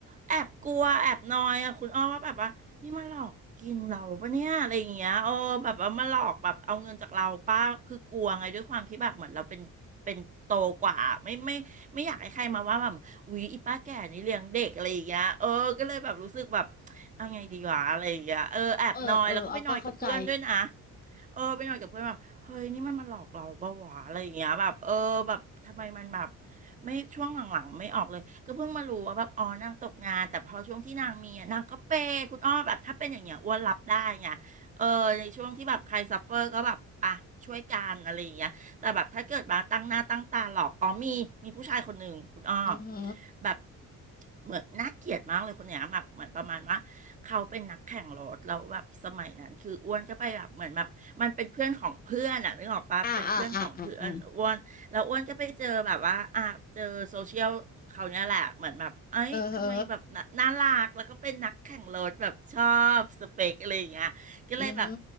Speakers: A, on the right; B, on the left.
A: แอบกลัวแอบนอยอ่ะคุณอ้อว่าแบบว่านี่มาหลอกกินเราปะเนี่ยอะไรอย่างเงี้ยเออแบบว่ามาหลอกแบบเอาเงินจากเราป้าคือกลัวไงด้วยความที่แบบเหมือนเราเป็นเป็นโตกว่าไม่ไม่ไม่อยากให้ใครมาว่าแบบอุ๊ยอีป้าแก่นี่เลี้ยงเด็กอะไรอย่างเงี้ยเออก็เลยแบบรู้สึกแบบ เอาไงดีวะอะไรอย่างเงี้ยเออแอบนอยแล้วก็ไปนอยกับเพื่อนด้วยนะ
B: เออเอออ้อก็เข้าใจ
A: เออไปนอยกับเพื่อนแบบเฮ้ยนี่มันมาหลอกเราปะวะอะไรอย่างเงี้ยแบบเออแบบทำไมมันแบบไม่ช่วงหลังๆไม่ออกเลยก็เพิ่งมารู้ว่าแบบอ๋อนางตกงานแต่พอช่วงที่นางมีอะนางก็เปย์คุณอ้อแบบถ้าเป็นอย่างเงี้ยอ้วนรับได้ไงเออในช่วงที่แบบใครซัฟเฟอร์ก็แบบอ่ะช่วยกันอะไรอย่างเงี้ยแต่แบบถ้าเกิดมาตั้งหน้าตั้งตาหลอกอ๋อมีมีผู้ชายคนหนึ่งคุณอ้อ
B: อือฮึ
A: แบบเหมือนน่าเกลียดมากเลยคนเนี้ยแบบเหมือนประมาณว่า เขาเป็นนักแข่งรถแล้วแบบสมัยนั้นคืออ้วนก็ไปแบบเหมือนแบบมันเป็นเพื่อนของเพื่อนอะนึกออกปะเป็นเพื่อนของเพื่อนอ้วนแล้วอ้วนก็ไปเจอแบบว่าอ่ะเจอโซเชียลเขาเนี่ยแหละเหมือนแบบเอ้ยทำไมแบบน่าน่ารักแล้วก็เป็นนักแข่งรถแบบชอบสเปคอะไรอย่างเงี้ยก็เลยแบบ
B: อ่าอ่าอ่าอ่าอ่าเออเฮออือฮึ